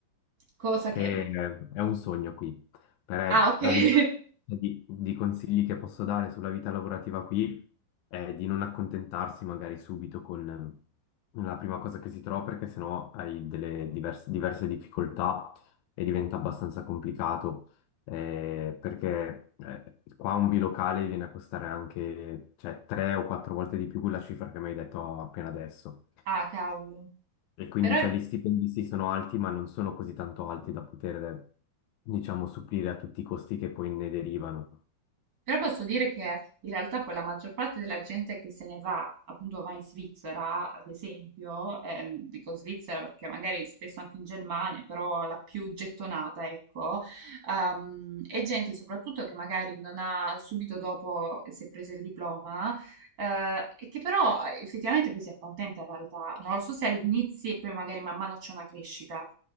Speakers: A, on the right (about 50°); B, on the left (about 80°).
A: cosa
B: che
A: che...
B: eh, è un sogno qui. Per,
A: Ah, ok. <laughs>
B: a livello di, di consigli che posso dare sulla vita lavorativa qui è di non accontentarsi magari subito con eh, la prima cosa che si trova, perché sennò hai delle divers- diverse difficoltà e diventa abbastanza complicato eh, perché eh, qua un bilocale viene a costare anche, cioè, tre o quattro volte di più la cifra che mi hai detto appena adesso.
A: Ah, cavolo.
B: E quindi
A: Però...
B: cioè, gli stipendi sì sono alti, ma non sono così tanto alti da poter, eh, diciamo, supplire a tutti i costi che poi ne derivano.
A: Però posso dire che in realtà poi la maggior parte della gente che se ne va, appunto va in Svizzera, ad esempio, ehm, dico Svizzera perché magari spesso anche in Germania, però la più gettonata, ecco, ehm, è gente soprattutto che magari non ha subito dopo che si è presa il diploma, eh, e che però eh, effettivamente poi si accontenta in realtà, non lo so se all'inizio e poi magari man mano c'è una crescita.